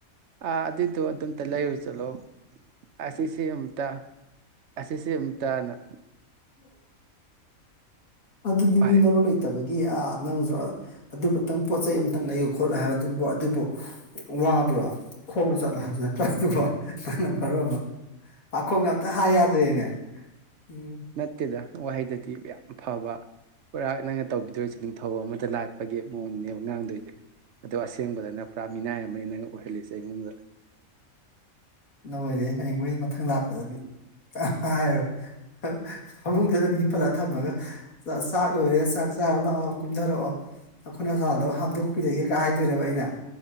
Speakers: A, on the right; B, on the left.
A: ꯑꯥ ꯑꯗꯨꯏꯗꯣ ꯑꯗꯨꯝꯇ ꯂꯩꯔꯨ ꯆꯠꯂꯣ ꯑꯁꯤꯁꯤ ꯑꯝꯇ ꯑꯁꯤꯁꯤ ꯑꯝꯇꯅ
B: ꯎꯝ ꯑꯗꯨꯗꯤ
A: ꯄꯥꯏ
B: ꯃꯤꯔꯣꯟ ꯂꯩ ꯂꯩꯇꯕꯒꯤ ꯑꯥ ꯅꯪꯁꯨ ꯑꯗꯨ ꯈꯛꯇꯪ ꯄꯣꯠ ꯆꯩ ꯑꯃꯇꯪ ꯂꯩꯌꯨ ꯈꯣꯠꯂꯨ ꯍꯥꯏꯕꯗꯨꯕꯨ ꯑꯗꯨꯕꯨ ꯋꯥꯕ꯭ꯔꯣ ꯈꯣꯡꯅ ꯆꯠꯂꯣ ꯍꯥꯏꯕꯁꯨ ꯅꯠꯇ꯭ꯔꯗꯨꯕꯨ ꯅꯪꯅ ꯃꯔꯣꯟ ꯑꯃ ꯄꯥꯈꯣꯡ ꯑꯝꯇ ꯍꯥꯏ ꯌꯥꯗ꯭ꯔꯦꯅꯦ ꯎꯝ
A: ꯅꯠꯇꯦꯗ ꯋꯥꯍꯩꯗꯗꯤ ꯌꯥꯝ ꯐꯕ ꯄꯨꯔꯥ ꯅꯪꯅ ꯇꯧꯕꯤꯗꯣꯏꯁꯦ ꯅꯤꯡꯊꯧ ꯑꯃꯗ ꯂꯥꯠꯄꯒꯤ ꯃꯑꯣꯡꯅꯦꯕ ꯉꯥꯡꯗꯣꯏꯁꯦ ꯑꯗꯣ ꯑꯁꯦꯡꯕꯗꯅ ꯄꯨꯔꯥ ꯃꯤꯅꯥꯏ ꯑꯃꯅꯤ ꯅꯪ ꯑꯣꯏꯍꯜꯂꯤꯁꯦ ꯑꯩꯉꯣꯟꯗ
B: ꯂꯣꯏꯔꯦ ꯍꯌꯦꯡꯈꯣꯏ ꯃꯊꯪ ꯂꯥꯛꯄꯗꯗꯤ ꯀꯩꯝ ꯍꯥꯏꯔꯔꯣꯏ ꯐꯃꯨꯡꯗ ꯑꯗꯨꯝ ꯍꯤꯞꯐꯜꯂ ꯊꯝꯃꯒ ꯆꯥꯛ ꯂꯣꯏꯔꯦ ꯆꯥꯛ ꯆꯥꯔꯣ ꯂꯥꯛꯑꯣ ꯀꯨꯝꯊꯔꯛꯑꯣ ꯅꯈꯨꯠ ꯑꯁꯥꯗꯣ ꯍꯥꯝꯗꯣꯛꯄꯤꯔꯒꯦ ꯒꯥꯏ ꯍꯥꯏꯗꯨꯏꯔꯕ ꯑꯩꯅ